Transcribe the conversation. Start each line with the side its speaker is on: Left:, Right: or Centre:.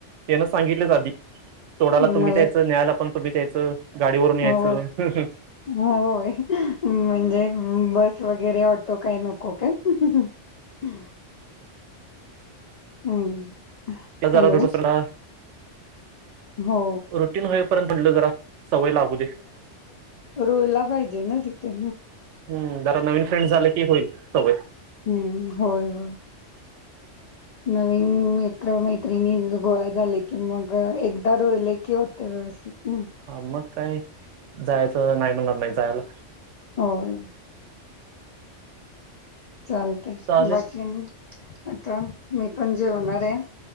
Right: तेनं सांगितलंच आधी सोडाला
Left: मला
Right: तुम्हीच यायचं न्यायायला पण तुम्ही यायचं गाडीवरून यायचं
Left: हो होय म्हणजे बस वगैरे ऑटो काय नको काय? हं हम्म
Right: क झाला
Left: हॅलो
Right: हो दुसर ना
Left: हो
Right: रुटीन होईपर्यंत म्हटलं जरा सवय लागू दे
Left: रोळला पाहिजे ना तिथे
Right: हम्म जरा नवीन फ्रेंड झाले की होईल सोय
Left: हम्म होय होय नवीन मित्र मैत्रिणी गोळा झाले की मग एकदा रोले की हो व्यवस् हम
Right: हा मग काय जायचं नाही म्हणणार नाही जायला
Left: होय चालते
Right: चालेल
Left: बाकी आता मी पण जेवणार आहे